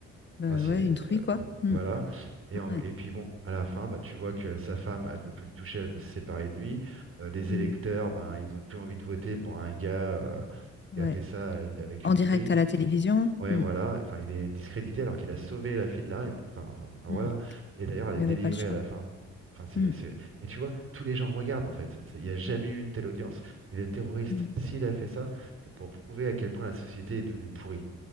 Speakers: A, on the left; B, on the right.
A: Bah
B: ah, c'est
A: ouais, une truie,
B: euh,
A: quoi.
B: oh,
A: Hmm.
B: voilà et, en-
A: Ouais.
B: et puis bon à la fin bah, tu vois que sa femme elle veut plus le toucher elle veut se séparer de lui Euh, les
A: Hmm.
B: électeurs ben ils ont plus envie de voter pour un gars euh, qui
A: Ouais.
B: a fait ça à une- avec
A: En
B: une
A: direct
B: truie
A: à la télévision.
B: ouais
A: Hmm.
B: voilà enfin il est discrédité alors qu'il a sauvé la fille de la reine enfin, enfin, enfin,
A: Hmm.
B: voilà et d'ailleurs elle
A: Il
B: est
A: n'avait
B: délivrée
A: pas le choix.
B: à la fin enfin c'est
A: Hmm.
B: c'est- et tu vois tous les gens regardent en fait C'est- il n'y a jamais eu une telle audience et le terroriste
A: Hmm.
B: s'il a fait ça c'est pour prouver à quel point la société est devenue pourrie